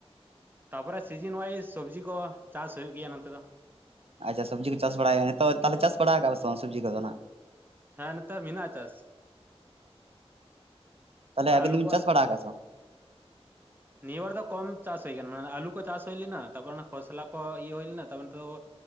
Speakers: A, on the right (about 20°); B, on the right (about 65°).
A: ᱛᱟᱯᱚᱨᱮ ᱥᱤᱡᱤᱱ ᱚᱣᱟᱭᱤᱥ ᱥᱚᱵᱡᱤ ᱠᱚ ᱪᱟᱥ ᱦᱩᱭᱩᱜ ᱜᱮᱭᱟ ᱱᱚᱛᱮ ᱫᱚ᱾
B: ᱟᱪᱪᱷᱟ ᱥᱚᱵᱡᱤ ᱠᱚ ᱪᱟᱥ ᱵᱟᱲᱟᱭᱟ, ᱱᱤᱛᱚᱜ ᱛᱟᱦᱚᱞᱮ ᱪᱟᱥ ᱵᱟᱲᱟ ᱟᱠᱟᱫᱼᱟ ᱥᱮ ᱵᱟᱝ ᱥᱚᱵᱽᱡᱤ ᱠᱚᱫᱚ ᱦᱟᱸᱱᱟᱜ?
A: ᱦᱮᱸ ᱱᱮᱛᱟᱨ ᱢᱮᱱᱟᱜᱼᱟ ᱪᱟᱥ᱾
B: ᱛᱟᱦᱞᱮ
A: ᱳᱭ
B: ᱟᱹᱵᱤᱱ
A: ᱟᱹᱞᱩ
B: ᱫᱚᱵᱤᱱ
A: ᱠᱚ
B: ᱪᱟᱥ ᱵᱟᱲᱟ ᱟᱠᱟᱫ-ᱟᱥᱮ ᱵᱟᱝ?
A: ᱱᱤᱭᱟᱹ ᱵᱟᱨ ᱫᱚ ᱠᱚᱢ ᱪᱟᱥ ᱦᱩᱭ ᱠᱟᱱᱟ ᱢᱟᱱᱮ ᱟᱞᱩ ᱠᱚ ᱪᱟᱥ ᱦᱩᱭ ᱞᱮᱱᱟ ᱛᱟᱨᱯᱚᱨ ᱚᱱᱟ ᱠᱷᱚᱥᱞᱟ ᱠᱚ ᱤᱭᱟᱹ ᱦᱩᱭ ᱞᱮᱱᱟ ᱛᱟᱨᱯᱚᱨᱼᱼ